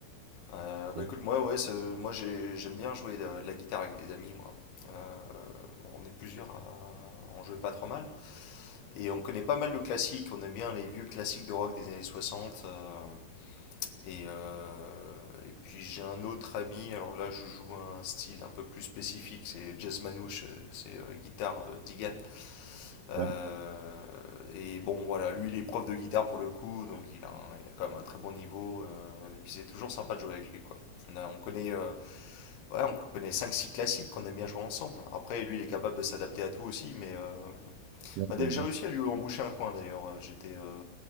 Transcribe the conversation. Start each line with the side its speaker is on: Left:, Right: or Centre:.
Left: Euh, bah
Right: Ouais,
Left: écoute, moi, ouais, c'est- moi j'ai- j'aime bien jouer de la guitare avec des amis, moi. Euh, on est plusieurs à en jouer pas trop mal. Et on connaît pas mal de classiques, on aime bien les vieux classiques de rock des années 60 euh, et, euh, et puis j'ai un autre ami, alors là je joue un style un peu plus spécifique, c'est jazz manouche, euh, c'est euh, guitare euh, Digan. Euh,
Right: ouais,
Left: et bon voilà, lui il est prof de guitare pour le coup, donc il a, un- il a quand même un très bon niveau, euh, et puis c'est toujours sympa de jouer avec lui quoi. On a- on connaît, euh, ouais, on connaît cinq six classiques qu'on aime bien jouer ensemble. Après lui il est capable de s'adapter à tout aussi, mais euh,
Right: ouais,
Left: bah, d'ailleurs,
Right: ouais.
Left: j'ai réussi à lui emboucher un coin d'ailleurs. Euh, J'étais euh,